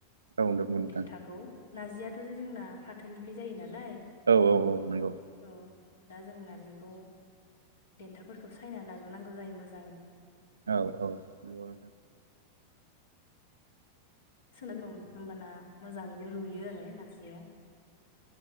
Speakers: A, on the right; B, on the left.
A: औ नंगौ नोंथां
B: देन्थाखौ नारजियाथ' जोंना फाथोनिफ्राय जायो नालाय
A: औ औ औ नंगौ
B: औ दा जों नारजिखौ देन्थाफोरखौ सायना लाग्रोनांगौ जायो मोजाङै
A: औ औ नंगौ नोंथां
B: सोन सम होनोमबाना मोजाङैनो रुयो आरो नारजिया